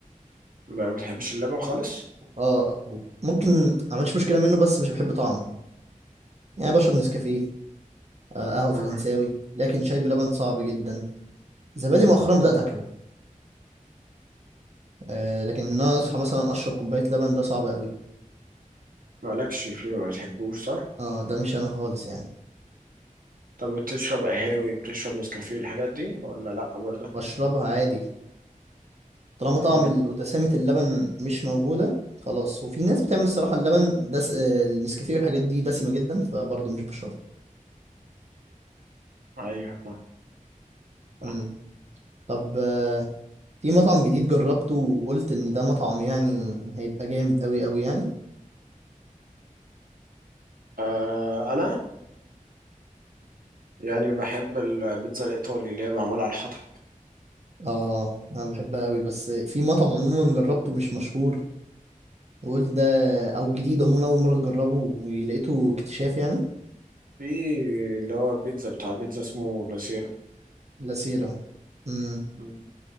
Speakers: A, on the right; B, on the right.
A: ما بتحبش اللبن خالص؟
B: اه ممكن ما عنديش مشكله منه بس مش بحب طعمه يعني بشرب نسكافيه آه، قهوه فرنساوي
A: أمم،
B: لكن شاي بلبن صعب جدا زبادي مؤخرا
A: أمم،
B: بدات اكله آه، لكن ان انا اصحى مثلا اشرب كوبايه لبن ده صعب قوي
A: مالكش فيه ما بتحبوش صح؟
B: اه ده مش انا خالص يعني
A: طب بتشرب قهاوي بتشرب نسكافيه الحاجات دي ولا لأ برضه؟
B: بشربها عادي طالما طعم
A: مم.
B: ال- ودسامه اللبن مش موجوده خلاص وفي ناس بتعمل الصراحه اللبن دس آه، النسكافيه والحاجات دي دسمه جدا فبرضه مش بشربها
A: ايوه فاهم فاهم
B: مم. طب آه، في مطعم جديد جربته وقلت ان ده مطعم يعني هيبقى جامد قوي قوي يعني
A: آه انا يعني بحب البيتزا الايطالي اللي هي معموله على الحطب
B: اه انا بحبها قوي بس في مطعم عموما جربته مش مشهور وقلت ده او جديد عموما اول مره اجربه ولقيته اكتشاف يعني
A: في اللي هو بيتزا بتاع بيتزا اسمه لاسيرا
B: لاسيرا امم
A: مم.